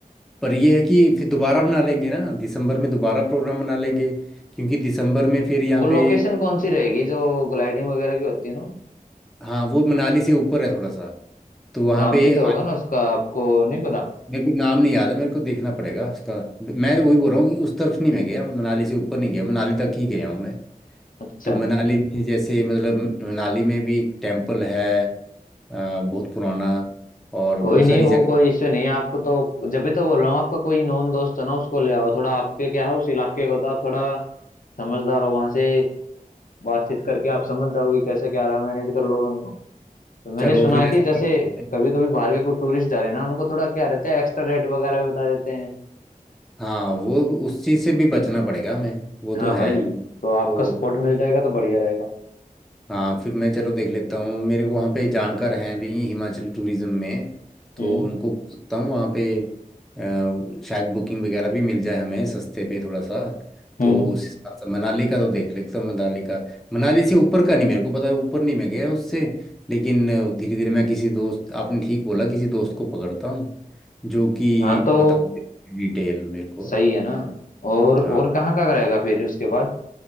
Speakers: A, in the centre; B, on the left.
A: पर ये है कि फिर दोबारा बना लेंगे ना दिसंबर में दोबारा प्रोग्राम बना लेंगे क्योंकि दिसंबर में फिर यहाँ
B: वो लोकेशन
A: पे
B: कौन सी रहेगी जो ग्लाइडिंग वगैरह की होती है ना
A: हाँ वो मनाली से ऊपर है थोड़ा सा तो वहाँ
B: नाम
A: पे
B: भी
A: आ-
B: तो होगा ना उसका आपको नहीं पता
A: मेरे को नाम नहीं याद है मेरे को देखना पड़ेगा उसका मैं तो वही बोल रहा हूँ कि उस तरफ नहीं मैं गया मनाली से ऊपर नहीं गया मनाली तक ही गया हूँ मैं
B: अच्छा
A: तो मनाली में जैसे मतलब मनाली में भी टेम्पल है अ, बहुत पुराना और
B: कोई
A: बहुत
B: नहीं
A: सारी
B: वो
A: जगह
B: कोई इश्यू नहीं है आपको तो जब भी तो बोल रहा हूँ आपका कोई नॉन दोस्त है ना उसको ले आओ थोड़ा आपके क्या है उस इलाके का तो आप थोड़ा समझदार हो वहां से बातचीत करके आप समझ जाओगे कैसे क्या रहा मैनेज कर लोगे उनको तो मैंने
A: चलो
B: सुना
A: फिर
B: है कि
A: ऐसा
B: जैसे
A: करते हैं
B: कभी कभी बाहर के कोई टूरिस्ट जा रहे हैं ना उनको थोड़ा क्या रहता है एक्स्ट्रा रेट वगैरह भी बता देते हैं
A: हाँ वो उस चीज़ से भी बचना पड़ेगा हमें वो
B: हाँ
A: तो है
B: भाई तो
A: तो
B: आपका सपोर्ट मिल जाएगा तो बढ़िया रहेगा
A: हाँ फिर मैं चलो देख लेता हूँ मेरे वहाँ पे जानकार हैं भी हिमाचल टूरिज्म में तो
B: हम्म
A: उनको पूछ सकता हूँ वहाँ पे अ, शायद बुकिंग वगैरह भी मिल जाए हमें सस्ते पे थोड़ा सा
B: हम्म
A: तो उस हिसाब से मनाली का तो देख लेता हूँ मनाली का मनाली से ऊपर का नहीं मेरे को पता है ऊपर नहीं मैं गया उससे लेकिन धीरे धीरे मैं किसी दोस्त आपने ठीक बोला किसी दोस्त को पकड़ता हूँ जो कि
B: हाँ तो
A: बता दे डिटेल मेरे को
B: सही है ना और
A: हाँ
B: और कहाँ का रहेगा फिर उसके बाद